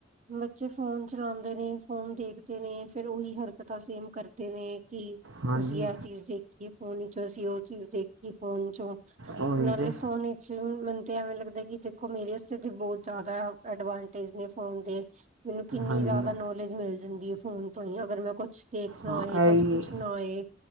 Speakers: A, on the right (about 40°); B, on the right (about 70°).
A: ਬੱਚੇ ਫੋਨ ਚਲਾਉਂਦੇ ਨੇ ਫੋਨ ਦੇਖਦੇ ਨੇ ਫਿਰ ਉਹੀ ਹਰਕਤਾਂ ਸੇਮ ਕਰਦੇ ਨੇ ਕਿ
B: ਹਾਂਜੀ
A: ਅਸੀਂ ਇਹ ਚੀਜ਼ ਦੇਖ ਕਿ ਫੋਨ ਚੋਂ ਅਸੀ ਓ ਚੀਜ਼ ਦੇਖੀ ਫੋਨ ਚੋ
B: ਉਹੀ
A: ਨਾਲੇ
B: ਤਾਂ
A: ਫੋਨ ਸੋ ਮੈਨੂੰ ਤਾਂ ਐਵੇਂ ਲੱਗਦਾ ਕਿ ਦੇਖੋ ਮੇਰੇ ਆਸਤੇ ਤਾਂ ਬਹੁਤ ਜ਼ਿਆਦਾ ਅਡਵਾਂਟੇਜ ਨੇ ਫੋਨ ਦੇ ਮੈਨੂੰ ਕਿੰਨੀ
B: ਹਾਂਜੀ
A: ਜ਼ਿਆਦਾ ਨੌਲੇਜ ਮਿਲ ਜਾਂਦੀ ਐ ਫੋਨ ਤੋਂ ਹੀ ਅਗਰ ਮੈਂ ਕੁਛ ਦੇਖਣਾ
B: ਹਾਂ
A: ਹੋਏ
B: ਇਹ
A: ਕੁਝ
B: ਵੀ
A: ਪੁੱਛਣਾ ਹੋਏ